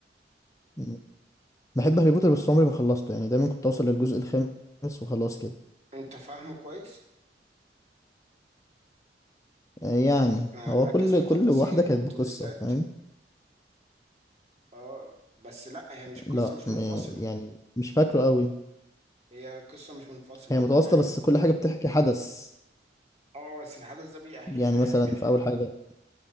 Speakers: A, on the left; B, on the right.
A: مم. بحب هاري بوتر بس عمري ما خلصته يعني دايما كنت أوصل للجزء الخامس وخلاص كده
B: انت فاهمه كويس
A: آه، يعني
B: آه،
A: هو
B: مركز
A: كل
B: في
A: كل
B: تفاصيله
A: واحدة كانت
B: وتويستات
A: بقصة فاهم
B: اه بس لا هي مش قصه
A: لا
B: مش
A: م-
B: منفصله
A: يعني مش فاكره قوي
B: هي قصه مش منفصله
A: هي
B: انت
A: متواصلة
B: معايا
A: بس كل حاجة بتحكي حدث
B: اه بس الحدث ده بيأهل
A: يعني
B: لحاجه
A: مثلا في أول حاجة